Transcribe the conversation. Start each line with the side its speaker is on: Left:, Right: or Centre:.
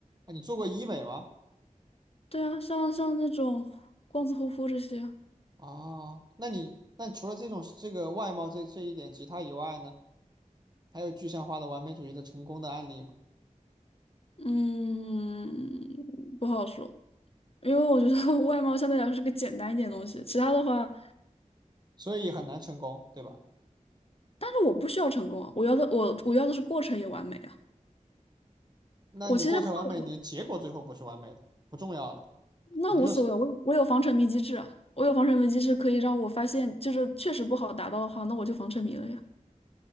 Right: 那你做过医美吗？
Left: 对啊，像像那种光子护肤这些，
Right: 啊，那你那除了这种这个外貌这这一点，其他以外呢，还有具象化的完美主义的成功的案例吗？
Left: 嗯，不好说，因为我觉得 <laughs> 外貌相对来说是个简单一点的东西，其他的话。
Right: 所以很难成功，对吧？
Left: 但是我不需要成功啊，我要的我我要的是过程也完美啊。
Right: 那你过程完美，
Left: 我其实换了我
Right: 你的结果最后不是完美的，不重要了。
Left: 那无所谓，
Right: 你就是
Left: 我我有防沉迷机制啊，我有防沉迷机制可以让我发现，就是确实不好达到的话，那我就防沉迷了呀。